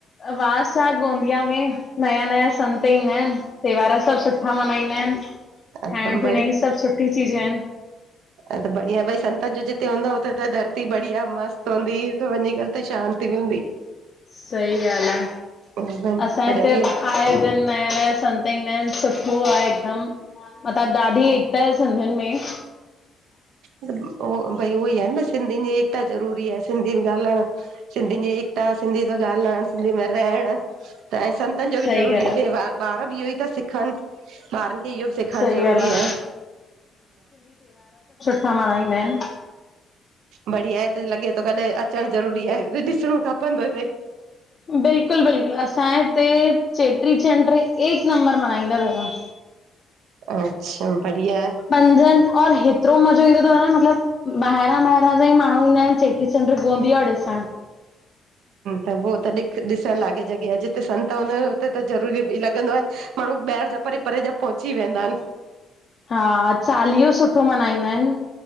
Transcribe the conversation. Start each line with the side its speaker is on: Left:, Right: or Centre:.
Left: वास आ गोंदिया में, नया नया संत ईंदा आहिन। त्योहार सब सुठा मल्हाईंदा आहिन,
Right: हिकदमि
Left: खाइण पीअण ई सब सुठी चीजूं आहिन।
Right: ह त बढ़िया, भई संतनि जो जिते हूंदो हुते त धरती बढ़िया मस्त हूंदी, हुते वञी करे शांति मिलंदी।
Left: सही ॻाल्हि आ,
Right: कॾहिं
Left: असां हिते
Right: बि
Left: आए दिन नया नया संत ईंदा आहिन, सुठो आहे हिकदमि मतिलबु ॾाढी एकता आए सिंधियुनि में।
Right: उहो भई उ ई आहे न सिंधी जी एकता ज़रूरी आहे, सिंधी ॻाल्हणु सिंधियुनि जी एकता सिंधी सां ॻाल्हाइण सिंधी में रहण त सत संतनि जो
Left: सही
Right: बि ज़रूरी
Left: ॻाल्हि
Right: आ, भई ॿार बि इहो ई था सिखन। ॿारनि खे इहो बि सिखारणु
Left: सही
Right: ज़रूरी
Left: ॻाल्हि आ,
Right: आहे।
Left: छा माण्हाईंदा आहिन?
Right: बढ़िया आहे हिते लॻे थो कॾहिं अचणु ज़रूरी आहे, ॾिसणो खपंदो हिते।
Left: बिल्कुलु बिल्कुलु, असांजे हिते चेटीचंड एक नंबर मल्हाईंदा अथव।
Right: अच्छा बढ़िया
Left: पंजनि और हेतिरो मज़ो ईंदो तव न मतलबु ॿाहिरां ॿाहिरां जा ई माण्हूं ईंदा आहिनि चेटीचंड गोंदिया ॾिसणु
Right: त पो तॾी, ॾिसण लागे जॻह जिते संत हूंदा हुते, त ज़रूरी बि लॻंदो आ। माण्हूं ॿाहिरि जा परे, परे जा पहुची वेंदा हिनि
Left: हा, चालीहो सुठो मनाईंदा हिनि